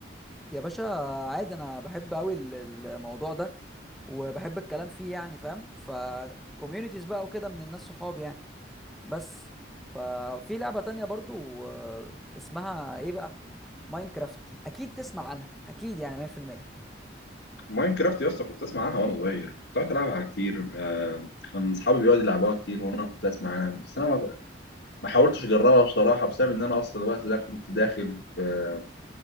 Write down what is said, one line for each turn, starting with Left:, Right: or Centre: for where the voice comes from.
Centre: يا باشا عادي انا بحب قوي الموضوع ده وبحب الكلام فيه يعني فاهم فكوميونيتيز بقى وكده من الناس صحابي يعني بس ففي لعبة تانية برضو آه، اسمها ايه بقى ماينكرافت اكيد تسمع عنها اكيد يعني 100%
Left: ماينكرافت يا اسطى كنت أسمع عنها وأنا صغير كنت قاعد ألعبها كتير آه، كان أصحابي بيقعدوا يلعبوها كتير وأنا كنت أسمع عنها بس أنا ما ما حاولتش أجربها بصراحة بسبب إن أنا أصلا الوقت ده كنت داخل في